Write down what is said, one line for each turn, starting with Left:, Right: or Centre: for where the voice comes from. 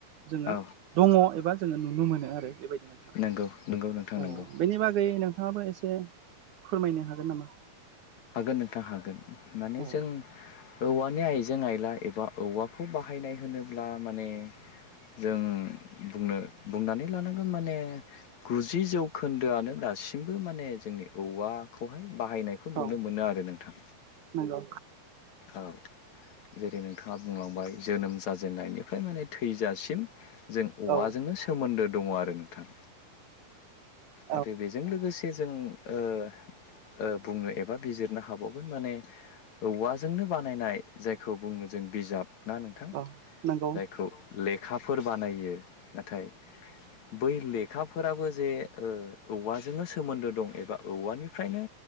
Right: जोङो
Left: औ
Right: दङ' एबा जोङो नुनो मोनो आरो बेबायदि नोंथां
Left: नंगौ नंगौ नोंथां
Right: औ
Left: नंगौ
Right: बेनि बागै नोंथाङाबो एसे फोरमायनो हागोन नामा
Left: हागोन नोंथां हागोन माने
Right: औ
Left: जों औवानि आइजें आइला एबा औवाखौ बाहायनाय होनोब्ला माने जों बुंनो बुंनानै लानांगोन माने गुजि जौखोन्दोआनो दासिमबो माने जोंनि औवाखौहाय बाहायनाय खौ नुनो
Right: औ
Left: मोनो आरो नोंथां
Right: नंगौ
Left: औ जेरै नोंथाङा बुंलांबाय जोनोम जाजेननायनिफ्राय माने थैजासिम जों औवाजोंनो
Right: औ
Left: सोमोन्दो दङ आरो नोंथां
Right: औ
Left: आरो बेजों लोगोसे जों ओ ओ बुंनो एबा बिजिरनो हाबावगोन माने औवाजोंनो बानायनाय जायखौ बुङो जों बिजाब ना नोंथां
Right: औ नंगौ
Left: जायखौ लेखाफोर बानायो नाथाय बै लेखाफोराबो जे ओ औवाजोंनो सोमोन्दो दं एबा औवानिफ्रायनो